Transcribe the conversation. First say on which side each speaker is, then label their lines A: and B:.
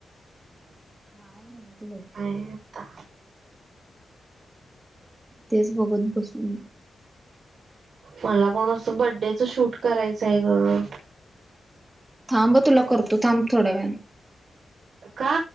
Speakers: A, on the right; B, on the right.
A: काय न्हवंतं लई.
B: अनिता.
A: तेच बगत बसून
B: मला पण असं बड्डेच शूट करायचंय गं.
A: थांब अ तुला करतो, थांब, थोड्या वेळानी.
B: का?